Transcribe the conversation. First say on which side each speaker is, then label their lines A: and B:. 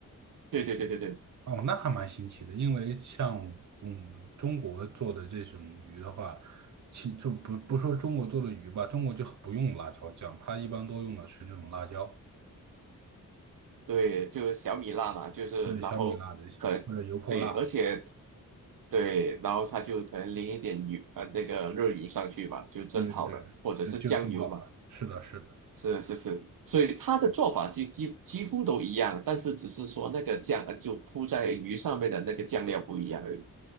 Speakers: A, on the right (about 80°); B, on the right (about 60°).
A: 对对对对对
B: 哦，那还蛮新奇的。因为像嗯中国做的这种鱼的话，其就不不说中国做的鱼吧，中国就不用辣椒酱，它一般都用的是这种辣椒，
A: 对，就是小米辣嘛，就是然后很对，
B: 对小米辣这些或者油泼辣，
A: 而且对，然后它就可能淋一点油呃那个热油上去吧，就蒸好了，
B: 对对对，
A: 或者是酱油嘛，
B: 对就做好了。是的，是的，
A: 是是是，所以它的做法几几几乎都一样，但是只是说那个酱呃就铺在鱼上面的那个酱料不一样而已，